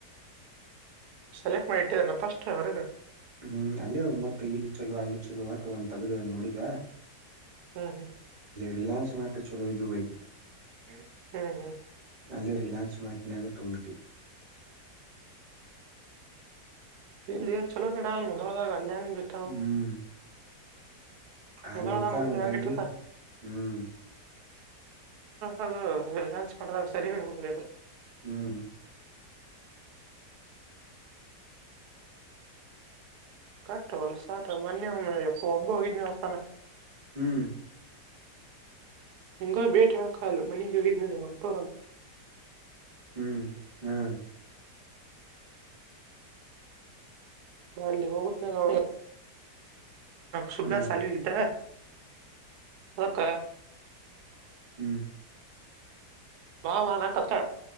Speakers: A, on the right (about 75°); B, on the right (about 40°).
A: ಸೆಲೆಕ್ಟ್ ಮಾಡಿಟ್ಟಿದ್ದಲ್ಲ ಪಫಸ್ಟ್ ಹೊರಗ
B: ಹ್ಮ್ ಅಲ್ಲೇ ಮತ್ತತ್ ಇಲ್ಲಿ ಚಲೋ ಅಲ್ಲಿ ಚಲೋ ಒಟ್ಟು ಒಂದ ತಗ್ದೇವ ನೋಡಿದ
A: ಹ್ಮ್ ಹ್ಮ್
B: ರಲಯನ್ಸ್ ಮಾಡ ಚಲೋದು ದುಬೈ
A: ಹ್ಮ್ ಹ್ಮ್
B: ಅಲ್ಲಿ ರಿಲಯಾನ್ಸ್ ಮ್ಯಾಟನ್ಾಗ ತುಂಬಿಟ್ಟು
A: ಇಲ್ಲಿಯಾ ಚಲೋ ನಡಾಲು ಮೊದಲದ ಕಲ್ಯಾಣ ಗಟ್ಟ
B: ಹ್ಮ್ ಆರ್ನೂರು
A: ಮುೊದಲಾದ
B: ರೂಪಾಯಿ
A: ನೋಡಿ
B: ಒಂದ್
A: ಲಾಂಗ್
B: ಅಂಗಿ
A: ಕಟ್ಟತ್ತ
B: ಹ್ಮ್
A: ಹಡು ಡಾನ್ಸ್ ಮಾಡದಾಗ ಸರಿ ಹುಡುಗಳಿಯನು
B: ಹ್ಮ್
A: ಕಕ್ತವಲ್ ಸಾ ಮೊನ್ನೆ ಒಮ್ಮಪ್ಪ ಒಬ್ಬ ಹೋಗಿದನವಪ್ಪಾನ
B: ಹ್ಮ್
A: ಹಿಂಗ ಭೇಟೆ ಹಾಕಲು ಮನೆಗೆ ಹೋಗಿದ್ನ ಮಂಟೋರಂತ
B: ಹ್ಮ್ ಹಾ್
A: ಅಲ್ಲಿ ಹೋಗನ ಸುಬ್ಯಸ್
B: ಹಾ
A: ಅಾಲಿವಗ ಇದ್ದ ಒಕ
B: ಹ್ಮ್
A: ವಾ ವ ನ ಕತ